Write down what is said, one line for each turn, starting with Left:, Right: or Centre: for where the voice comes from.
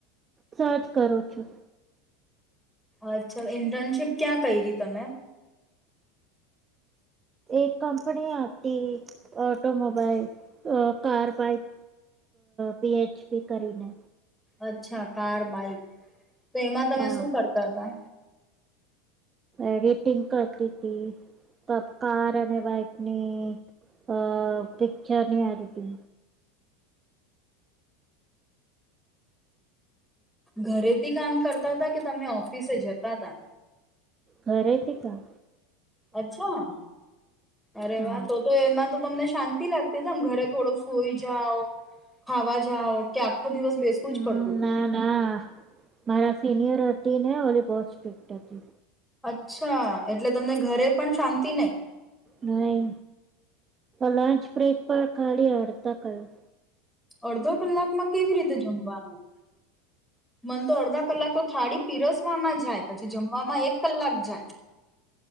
Right: સર્ચ કરું છું.
Centre: અચ્છા ઇન્ટર્નશીપ ક્યાં કરી તમે?
Right: એક કંપની આપતી ઓટોમોબાઈલ, કાર, બાઇક પીએચપી કરીને.
Centre: અચ્છા કાર બાઇક. તો એમાં તમે
Right: હા
Centre: શું કરતા હતા?
Right: એડિટિંગ કરતી હતી કાર અને બાઈકની અ પિક્ચરની એટલે
Centre: ઘરેથી કામ કરતા હતા કે તમને ઓફિસે જતા હતા.
Right: ઘરેથી કામ
Centre: અચ્છા. અરે
Right: હા
Centre: વાહ તો તો એમાં તમને શાંતિ લાગતી હશે? ઘરે થોડું સઈ જાઓ ખાવા જઓ કે દિવસ બેસવું
Right: હમ
Centre: જ પડતું હતું.
Right: ના ના મારા સિનિયર હતીને ઓલી પસફેક્ટથી
Centre: અચ્છા એટલે તમને ઘરે પણ શાંતિ નહીં.
Right: નહી લંચ બ્રેક પર ખાલી હડધા કલાક
Centre: અડધો કલાક માં કેવી રીતે જમવાનું મન તો અડધા કલાક તો થાળી પીરસવામાં જ જાય પછી જમવામાં એક કલાક જાય